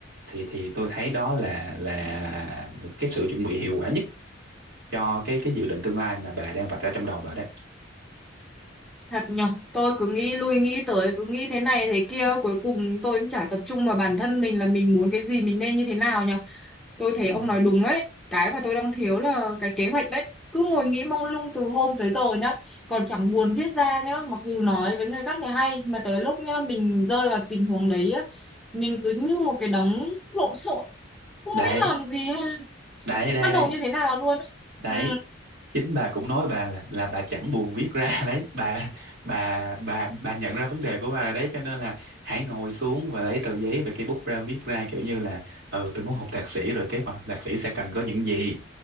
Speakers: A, on the right; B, in the centre.
A: thì thì tôi thấy đó là là cái sự chuẩn bị hiệu quả nhất cho cái cái dự định tương lai mà bà đang vạch ra trong đầu bà đấy
B: Thật nhở, tôi cứ nghĩ lui nghĩ tới, cứ nghĩ thế này thế kia, cuối cùng tôi cũng chả tập trung vào bản thân mình là mình muốn cái gì, mình nên như thế nào nhở. Tôi thấy
A: Ừ.
B: ông nói đúng ấy, cái mà tôi đang thiếu là cái kế hoạch đấy. Cứ ngồi nghĩ mông lung từ hôm tới giờ nhá, còn chẳng buồn viết ra nhá, mặc dù nói với người khác thì hay, mà tới lúc nhá, mình rơi vào tình huống đấy á, mình cứ như một cái đống lộn xộn, không
A: đấy
B: biết làm gì hay
A: đấy đấy
B: bắt
A: đấy
B: đầu như thế nào luôn ấy.
A: đấy
B: Ừ,
A: chính bà cũng nói bà là là bà chẳng buồn viết ra <laughs> đấy bà bà bà bà nhận ra vấn đề của bà rồi đấy cho nên là hãy ngồi xuống và lấy tờ giấy và cây bút ra viết ra kiểu như là ừ tôi muốn học thạc sĩ rồi kế hoạch học thạc sĩ sẽ cần có những gì